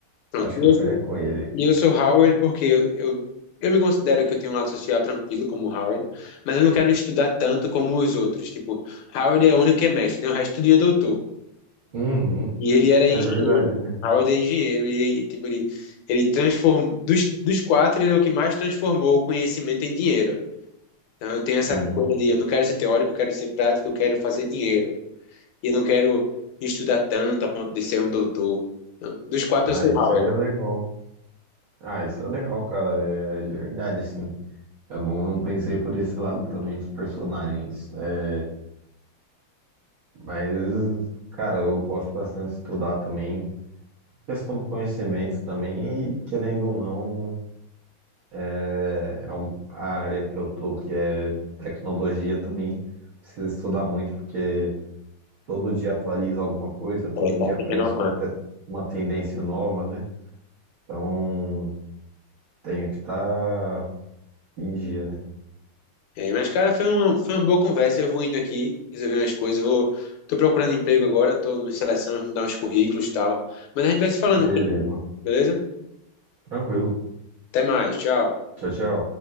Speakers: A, on the left (about 85°); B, on the right (about 60°).
A: Pronto.
B: Acho
A: E
B: que eu
A: eu
B: ficaria
A: sou,
B: com ele.
A: e eu sou Howard porque eu, eu, eu me considero que eu tenho um lado social tranquilo, como o Howard, mas eu não quero estudar tanto como os outros. Tipo, Howard é o único que é mestre, né? O resto tudo é doutor.
B: Uhum,
A: E ele era
B: é
A: engenheiro.
B: verdade, né?
A: Howard é engenheiro. E, tipo, ele, ele transformou. Dos, dos quatro, ele é o que mais transformou o conhecimento em dinheiro. Então, eu tenho essa
B: Sim.
A: coisa de eu não quero ser teórico, eu quero ser prático, eu quero fazer dinheiro. E eu não quero estudar tanto a ponto de ser um doutor. Não, Dos quatro,
B: Ah,
A: eu sou
B: isso
A: o Howard.
B: aí é legal. Ah, isso é legal, cara. É é de verdade, assim. Eu não, não pensei por esse lado também dos personagens. É, Mas, cara, eu gosto bastante de estudar também. Questão do conhecimento também, e querendo ou não, é é um- a área que eu tô, que é tecnologia também, precisa estudar muito, porque todo dia atualiza alguma coisa, todo
A: É, tá
B: dia
A: se
B: aparece
A: renovando.
B: uma, te- uma tendência nova, né? Então, tenho que estar em dia, né?
A: É, mas, cara, foi uma, foi uma boa conversa. Eu vou indo aqui, resolver umas coisas. Eu vou, tô procurando emprego agora, tô numa seleção, vou dar uns currículos e tal. Mas a gente vai se falando,
B: Beleza.
A: beleza?
B: Tranquilo.
A: Até mais, tchau.
B: Tchau, tchau.